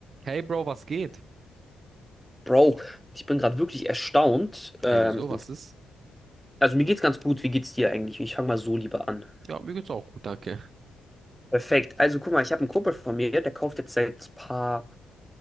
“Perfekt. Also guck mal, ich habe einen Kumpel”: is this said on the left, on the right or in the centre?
Centre